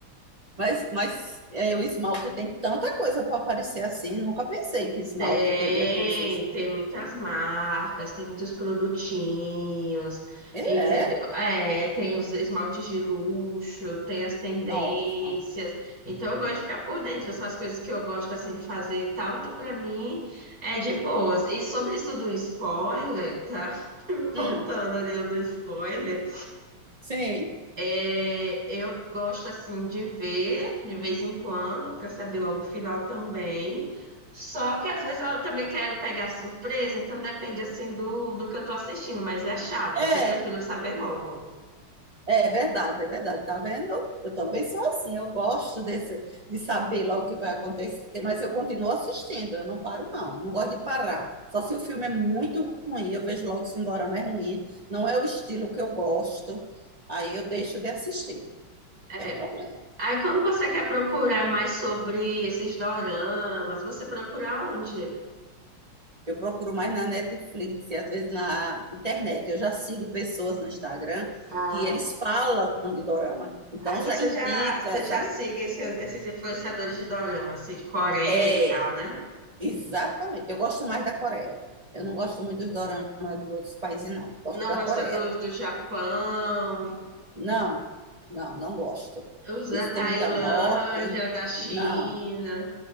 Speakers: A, on the right; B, on the right.
A: Mas, mas é, o esmalte tem tanta coisa para aparecer assim. Nunca pensei que esmalte
B: Tem,
A: teria coisas.
B: tem muitas marcas, tem muitos produtinhos,
A: É,
B: entendeu?
A: é,
B: É, tem os esmaltes de luxo, tem as tendências.
A: nossa.
B: Então eu gosto de ficar por dentro, são as coisas que eu gosto assim de fazer e tal. Então pra mim é de boas. E sobre isso do spoiler, tá? <laughs> Voltando
A: Hum,
B: ali ao do spoiler.
A: sim.
B: É, eu gosto assim de ver de vez em quando para saber logo o final também. Só que às vezes eu também quero pegar surpresa, então depende assim do, do que eu tô assistindo, mas é chato,
A: É,
B: assim, eu prefiro saber logo.
A: é verdade, é verdade. Tá vendo? Eu também sou assim. Eu gosto desse, de saber logo o que vai acontecer, mas eu continuo assistindo. Eu não paro, não. Não gosto de parar. Só se o filme é muito ruim, eu vejo logo se o dorama é ruim. Não é o estilo que eu gosto. Aí eu deixo de assistir.
B: É.
A: tem problema.
B: Aí quando você quer procurar mais sobre esses doramas, você procura onde?
A: Eu procuro mais na Netflix e às vezes na internet. Eu já sigo pessoas no Instagram
B: Ah,
A: que eles falam de dorama. Então
B: Ah, então
A: já
B: você
A: indica,
B: já, você já
A: sabe?
B: siga esse- esses influenciadores de dorama, assim, de Coreia
A: É,
B: e tal, né?
A: exatamente. Eu gosto mais da Coreia. Eu não gosto muito dos doramas dos outros países, não. Gosto
B: Não
A: da
B: gosta
A: Coreia.
B: dos do Japão.
A: Não, não, não gosto.
B: Os da
A: Isso
B: Tailândia,
A: tem muita morte.
B: da China.
A: Não.